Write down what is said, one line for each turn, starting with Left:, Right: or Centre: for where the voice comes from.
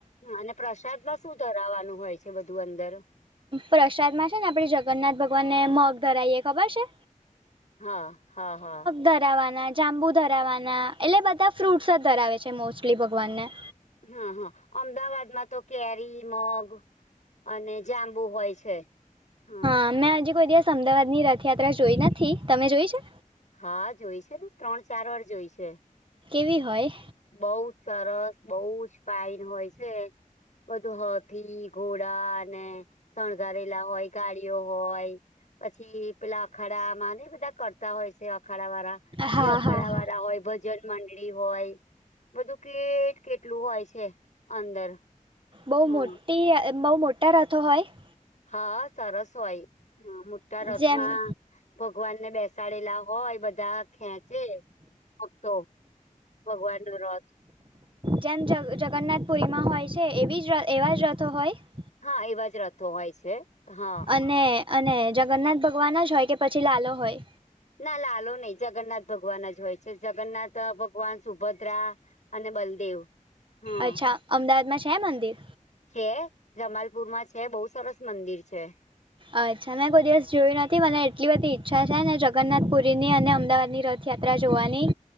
Left: અને પ્રસાદમાં શું ધરાવવાનું હોય છે, બધું અંદર?
Right: પ્રસાદમાં છે, ને આપણે જગન્નાથ ભગવાનને મગ ધરાઈએ ખબર છે.
Left: હા, હા, હા.
Right: ધરાવવાના જાંબુ ધરાવવાના એટલે બધા ફ્રૂટસ જ ધરાવે છે, મોસ્ટલી ભગવાનને.
Left: હા, હા અમદાવાદમાં તો કેરી, મગ. અને જાંબુ હોય છે, હ
Right: અમેં આજ કોઈદે અમદાવાદની રથયાત્રા જોઈ નથી. તમે જોઈ છે?
Left: હા જોઈ છે, ને ત્રણ- ચાર વાર જોઈ છે.
Right: કેવી હોય?
Left: બઉ જ સરસ બઉ જ ફાઇન હોય છે. બધું હાથી, ઘોડા અને શણગારેલા હોય, ગાળીઓ હોય. પછી પેલા અખાડામાં ને બધા કરતા હોય છે, અખાડાવાળા
Right: હા
Left: ઈ અખડાવાળા
Right: હા હા
Left: હોય ભજન મંડળી હોય. બધું કેટ કેટલું હોય છે, અંદર
Right: બહુ
Left: હમ
Right: મોટી બહુ મોટા રથો હોય?
Left: હા સરસ હોય મોટા
Right: જેમ
Left: રથમાં. ભગવાનને બેસાડેલા હોય બધા ખેચે <unintelligible> ભગવાનનો રથ.
Right: જેમ જેમ જગન્નાથ પુરીમાં હોય છે, એવી જ એવા જ રથો હોય?
Left: હા એવા જ રથો હોય છે, હા
Right: અને અને જગન્નાથ ભગવાન જ હોય કે પછી લાલો હોય?
Left: ના લાલો નહી જગન્નાથ ભગવાન જ હોય છે, જગન્નાથ ભગવાન, સુભદ્રા. અને બલદેવ. હા
Right: અચ્છા અમદાવાદમાં છે, મંદિર?
Left: છે, જમાલપુરમાં છે, બહુ સરસ મંદિર છે.
Right: અચ્છા મેં કોઈ દિવસ જોયું નથી મને એટલી બધી ઈચ્છા છે, ને જગન્નાથપુરીની અને અમદાવાદની રથ યાત્રા જોવાની